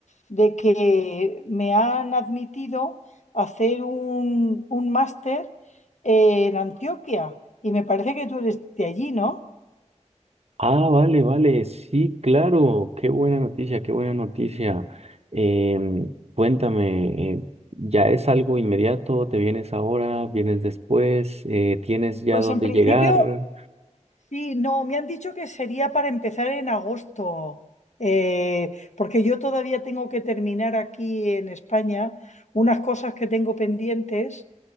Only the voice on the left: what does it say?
de que me han admitido a hacer un, un máster en Antioquia y me parece que tú eres de allí, ¿no?
Pues
en principio
Sí, no, me han dicho que sería para empezar en agosto, eh, porque yo todavía tengo que terminar aquí en España unas cosas que tengo pendientes